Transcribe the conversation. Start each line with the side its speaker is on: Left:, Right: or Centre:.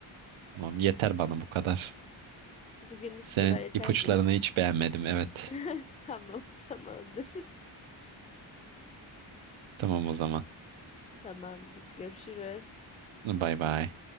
Right: Tamam yeter bana bu kadar.
Left: Bugünlük
Right: Senin
Left: bu kadar yeter
Right: ipuçlarını
Left: diyorsun.
Right: hiç beğenmedim. Evet.
Left: <laughs> Tamam, tamamdır.
Right: Tamam o zaman.
Left: <laughs> Tamamdır. Görüşürüz.
Right: Bay bay.